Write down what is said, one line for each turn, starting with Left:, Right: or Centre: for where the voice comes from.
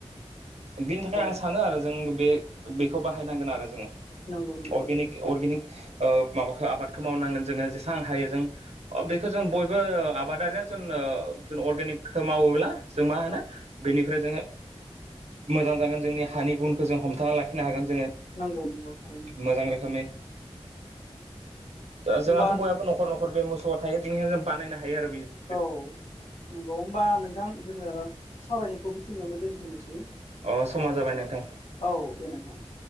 Right: बिनि थाखाय
Left: औ
Right: आं सानो आरो जों बे बेखौ बाहायनांगोन आरो जोङो।
Left: नंगौ नंगौ
Right: अर्गेनिक अर्गेनिक ओ माबाखौ आबादखौ मावनांगोन जोङो जेसेबां हायो जों। अ बेखौ जों बयबो आबादारिया जों ओ अर्गेनिकखौ मावोब्ला। जों मा होनो
Left: औ
Right: बेनिफ्राय जोङो मोजां जागोन जोंनि हानि गुनखो जों हमथाना लाखि नो हागोन जोङो।
Left: नंगौ नंगौ थारैनो।
Right: मोजां रोखोमै दा
Left: होमबा
Right: जोंहाथ' बयाबो न'खर न'खर बे मोसौ। थ थायो बेनिखाय जों बानायनो हायो आरो बेयो।
Left: औ नंगौ होमबा नोंथां जोङो सावरायनायखौ बेखिनियावनो दोनथ'नोसै।
Right: अ समा जाबाय नोंथां
Left: औ दे नोंथां